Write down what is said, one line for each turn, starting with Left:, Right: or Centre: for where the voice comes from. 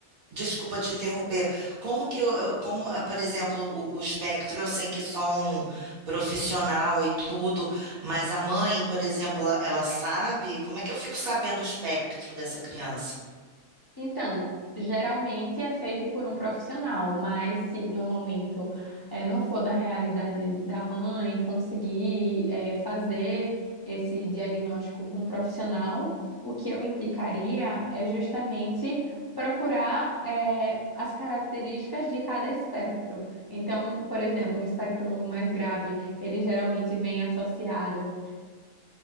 Right: Desculpa te interromper. Como que eu, eu- como, ah, por exemplo, o, o espectro, eu sei que é só um profissional e tudo, mas a mãe, por exemplo, ela, ela sabe? Como é que eu fico sabendo o espectro dessa criança?
Left: Então, geralmente é feito por um profissional, mas se no momento eh, não for da realidade da mãe conseguir eh, fazer esse diagnóstico com um profissional, o que eu indicaria é justamente procurar eh, as características de cada espectro. Então, por exemplo, um espectro mais grave, ele geralmente vem associado